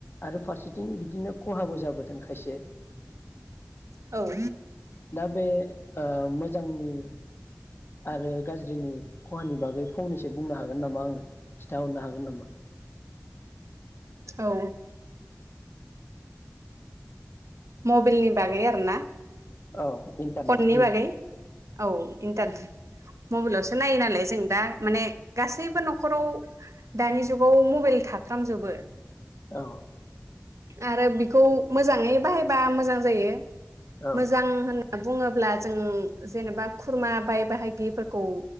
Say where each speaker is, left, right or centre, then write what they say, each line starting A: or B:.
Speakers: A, on the left (about 45°); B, on the right (about 70°).
A: आरो फारसेथिं बिदिनो खहाबो जाबो दोंखायसे
B: औ
A: दा बे ओ मोजांनि, आरो गाज्रिनि खहानि बागै फंनैसो बुंनो हागोन नामा? आंनो खिन्थााहरनो हागोन नामा?
B: औ मबाइलनि बागै आरो ना,
A: औ इन्टारनेट
B: फननिबागै
A: जुग
B: औ इनटान मबाइलावसो नायो नालाय जों दा माने गासैबो न'खराव दानि जुगाव मबाइल थाफ्रामजोबो,
A: औ
B: आरो बेखौ मोजाङै बाहायबा मोजां जायो,
A: औ
B: मोजां होन बुङोब्ला जों जेनेबा खुरमा बाय बाहागिफोरखौ